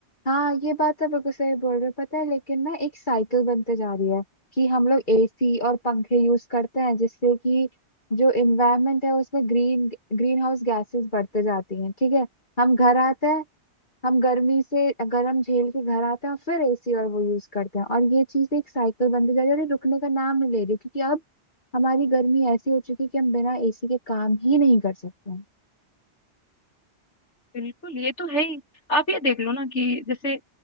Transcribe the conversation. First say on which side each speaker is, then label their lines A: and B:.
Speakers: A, on the left; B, on the left.
A: हाँ ये बात तो बिल्कुल सही बोल रहे हो पता है लेकिन ना एक साइकिल बनते जा रही है कि हम लोग एसी और पंखे यूज करते हैं जिससे कि जो इन्वायरमेंट है उसमें ग्रीन ग्रीन हाउस गैसेस बढ़ते जाती हैं ठीक है हम घर आते हैं हम गर्मी से गर्म झेल के घर आते हैं और फिर एसी और वो यूज करते हैं और ये चीज एक साइकिल बनते जा रही है और ये रुकने का नाम नहीं ले रही क्योंकि अब हमारी गर्मी ऐसी हो चुकी है कि हम बिना एसी के काम ही नहीं कर सकते हैं।
B: बिल्कुल ये तो है ही आप ये देख लो ना कि जैसे